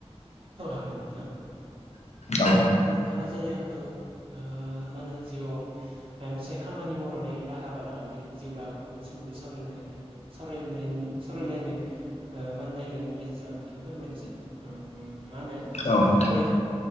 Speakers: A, on the right (about 55°); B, on the left (about 85°).
A: औ हागोन नोंथां आं
B: औ
A: नोंथाङा जेरै आंखौ ओ मा होनो जिउआव माबा मोनसे खामानि मावनानै एबा हाबा लानानै जिउ दानायनि सोमोन्दै सावरायनाय सावरायनायनि सावरायलायनो ओ नागिरनायनि गेजेरजों आं नोंथांनो फोरमायनो सानदों उम मा होनो
B: औ नोंथां
A: बे